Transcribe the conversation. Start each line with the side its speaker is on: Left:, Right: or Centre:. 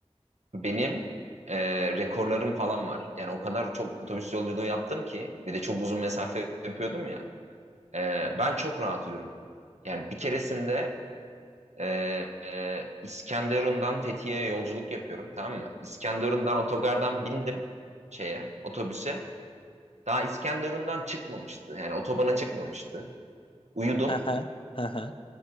Right: Benim e, rekorlarım falan var. Yani o kadar çok otobüs yolculuğu yaptım ki bir de çok uzun mesafe yapıyordum ya. E, ben çok rahat uyurum. Yani bir keresinde e, e, İskenderun'dan Fethiye'ye yolculuk yapıyorum tamam mı? İskenderun'dan otogardan bindim şeye otobüse. Daha İskenderun'dan çıkmamıştı. Yani otobana çıkmamıştı. Uyudum.
Left: Hı hı. hı hı.